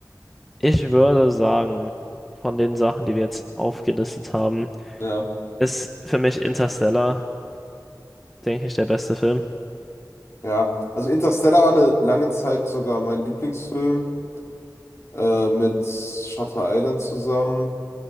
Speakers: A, in the centre; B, on the left.
A: Ich würde sagen, von den Sachen, die wir jetzt aufgelistet haben,
B: Ja,
A: ist für mich Interstellar, denke ich, der beste Film.
B: ja. Also Interstellar war eine lange Zeit sogar mein Lieblingsfilm äh, mit Shutter Island zusammen.